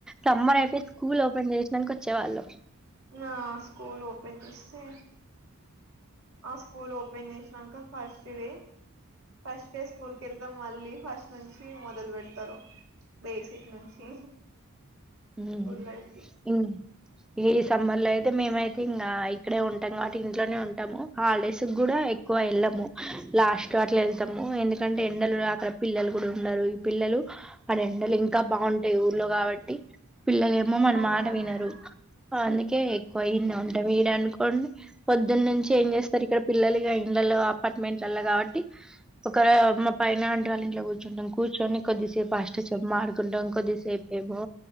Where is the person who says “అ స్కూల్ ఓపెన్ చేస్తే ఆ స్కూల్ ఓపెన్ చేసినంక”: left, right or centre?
Right